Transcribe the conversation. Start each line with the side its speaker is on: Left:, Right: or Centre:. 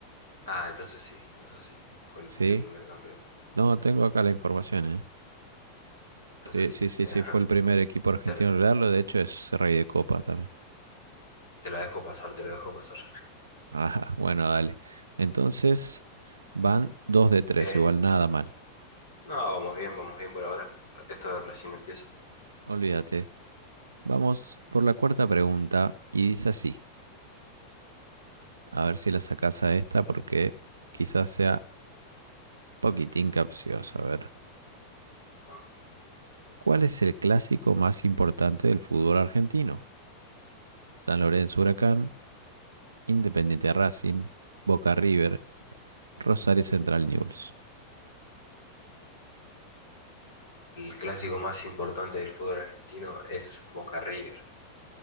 Left: Ah, entonces sí, entonces sí, fue el,
Right: ¿Sí?
Left: el primer campeón.
Right: No, tengo acá la información, ¿eh?
Left: Entonces
Right: Sí,
Left: sí,
Right: sí,
Left: te,
Right: sí,
Left: tenés
Right: sí, fue
Left: razón.
Right: el primer equipo argentino
Left: Te, la
Right: en lograrlo. De hecho, es rey de copa también.
Left: te la dejo pasar, te la dejo pasar.
Right: Ah, <laughs> bueno, dale. Entonces, van dos de tres,
Left: Eh,
Right: igual nada mal.
Left: no, vamos bien, vamos bien por ahora. Esto recién empieza.
Right: Olvídate. Vamos por la cuarta pregunta y dice así. A ver si la sacás a esta porque quizás sea poquitín capciosa. A ver,
Left: Ah,
Right: ¿cuál es el clásico más importante del fútbol argentino? San Lorenzo Huracán, Independiente Racing, Boca River, Rosario Central News.
Left: El clásico más importante del fútbol argentino es Boca River,